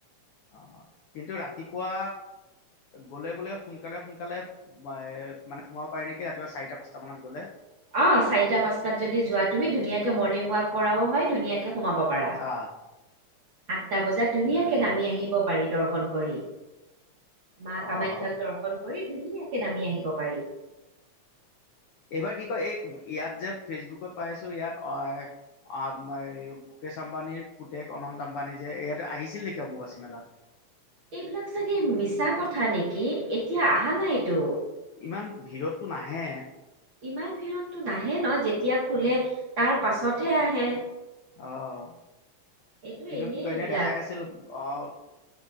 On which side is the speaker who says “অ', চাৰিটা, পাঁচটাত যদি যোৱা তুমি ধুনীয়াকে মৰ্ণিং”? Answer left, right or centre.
Right